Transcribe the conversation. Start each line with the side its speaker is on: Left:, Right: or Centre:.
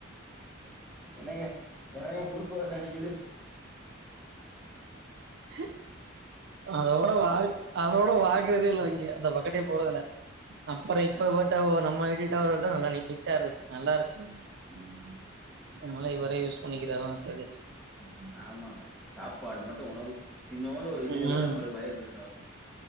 Centre: என்னங்க என்னங்க முறுக்குவாச அடிக்கிது
Right: ஹ அதோட வா அதோட வா ங்குறதே இல்ல அங்க அந்த பக்கட்டே போறதில்ல
Centre: சரிண்ணா
Right: அப்பற இப்ப பட்டா ஒ நம்ம வீட்டுட்ட வரவன்ட நல்ல நி நீட்டா இருந்துச்சு நல்லாரு க்கு
Centre: ம்,
Right: அனால இவரே யூஸ் பண்ணிக்கிறாங்க <unintelligible>
Centre: ம் ஆமாங்க சாப்பாடு மட்டு உணவு சின்னோன்டு ஒரு விஷ்யத்ல
Right: ம்
Centre: கூட நம்மளுக்கு வயிறு பிரச்சன வருமா